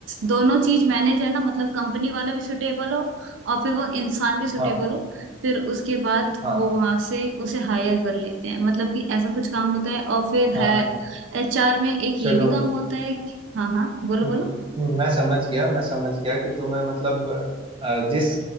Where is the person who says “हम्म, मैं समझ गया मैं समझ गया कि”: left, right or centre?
Right